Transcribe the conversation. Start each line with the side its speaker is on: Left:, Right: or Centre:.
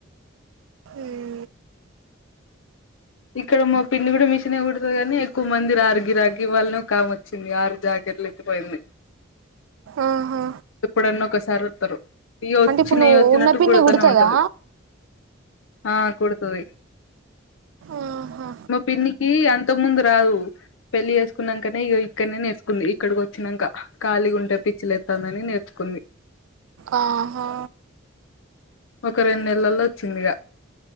Right: హు
Left: ఇ ఇక్కడ మా పిన్ని కూడ మిషనే కుడతది గాని ఎక్కువ మంది రారు గిరాకీ ఇవాళ ఒక ఆమే వచ్చింది ఆరు జా <unintelligible> పోయింది
Right: ఆహా
Left: ఎప్పుడన్న ఒకసారి వస్తరు ఇగ వచ్చినయి
Right: అంటే ఇప్పుడు నువ్వు
Left: వచ్చినట్టు
Right: ఉన్న పిన్ని
Left: కూడతనే
Right: కుడుతదా
Left: ఉంటది ఆ కొడతది
Right: ఆహా
Left: మా పిన్నికి అ అంతకు ముందు రాదు పెళ్లి చేసుకున్నకనే అక్కడనే నేర్చుకుంది ఇక్కడికి వచ్చినంక కలిగ ఉంటే పిచ్చి లేస్తాది నేర్చుకుంది
Right: ఆహా
Left: ఒక రెండు నెలల్లో వచ్చిందిగ